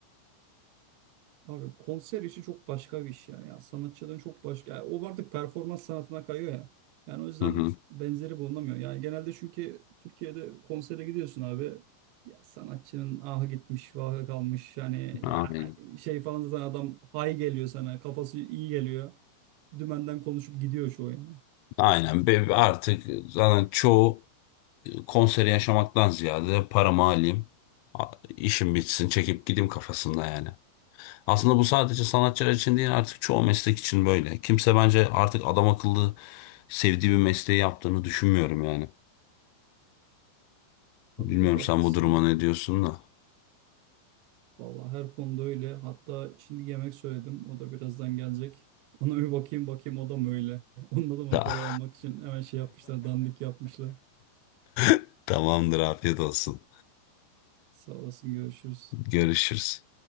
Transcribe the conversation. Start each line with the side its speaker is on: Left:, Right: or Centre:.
Right: Abi konser işi çok başka bir iş yani ya. Sanatçıların çok başka. yani o artık performans sanatına kayıyor ya. Yani o yüzden
Left: Hı hı.
Right: benzeri bulunamıyor. Yani genelde çünkü Türkiye'de konsere gidiyorsun abi. Ya sanatçının ahı gitmiş, vahı kalmış. Yani
Left: Aynen.
Right: ya şey falan zaten adam hay geliyor sana. Kafası iyi geliyor. Dümenden konuşup gidiyor çoğu yani.
Left: Aynen. Be- Artık zaten çoğu konseri yaşamaktan ziyade paramı alayım. a- işim bitsin çekip gideyim kafasında yani. Aslında bu sadece sanatçılar için değil artık çoğu meslek için böyle. Kimse bence artık adam akıllı sevdiği bir mesleği yaptığını düşünmüyorum yani.
Right: Abi
Left: Bilmiyorum
Right: çok haklısın
Left: sen bu duruma
Right: ya.
Left: ne diyorsun da.
Right: Vallahi her konuda öyle. Hatta şimdi yemek söyledim. O da birazdan gelecek. Ona bir bakayım bakayım o da mı öyle? <laughs> Onda da mı
Left: Ta-
Right: parayı almak için hemen şey yapmışlar, dandik yapmışlar.
Left: <laughs> Tamamdır afiyet olsun.
Right: Sağ olasın görüşürüz.
Left: Görüşürüz.